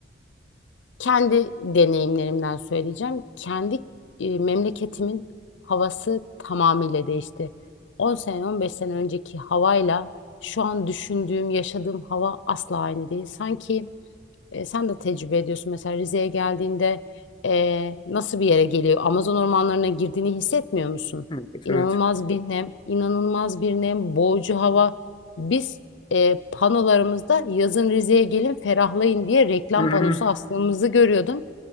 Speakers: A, on the left; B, on the left.
A: Kendi deneyimlerimden söyleyeceğim. Kendi e, memleketimin havası tamamıyla değişti. 10 sene, 15 sene önceki havayla şu an düşündüğüm, yaşadığım hava asla aynı değil. Sanki e, sen de tecrübe ediyorsun. Mesela Rize'ye geldiğinde e, nasıl bir yere geliyor? Amazon ormanlarına girdiğini hissetmiyor musun?
B: Evet
A: İnanılmaz
B: evet.
A: bir nem, inanılmaz bir nem, boğucu hava. Biz e, panolarımızda yazın Rize'ye gelin ferahlayın diye reklam
B: <laughs>
A: panosu astığımızı görüyordum.